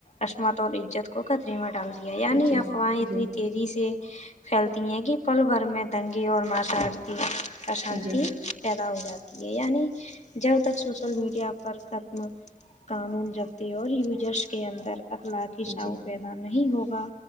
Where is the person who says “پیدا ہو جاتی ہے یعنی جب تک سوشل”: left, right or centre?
Left